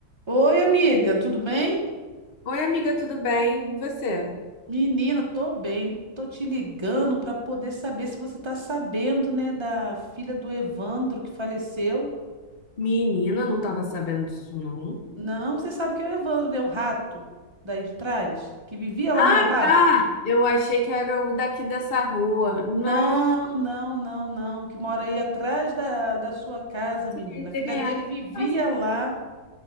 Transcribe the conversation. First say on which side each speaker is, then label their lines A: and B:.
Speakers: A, on the right (about 25°); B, on the left (about 80°).
A: Oi, amiga, tudo bem?
B: Oi, amiga, tudo bem? E você?
A: Menina, tô bem. Tô te ligando para poder saber se você tá sabendo, né, da filha do Evandro que faleceu.
B: Menina, não tava sabendo disso, não.
A: Não, você sabe que é o Evandro, né, o rato daí de trás, que vivia lá
B: Ah,
A: no meu bar?
B: tá! Eu achei que era o daqui dessa rua. Não,
A: Não, não, não, não, que mora aí atrás da, da sua casa, menina.
B: sei
A: A
B: quem
A: filha dele
B: é.
A: vivia
B: Mas
A: lá.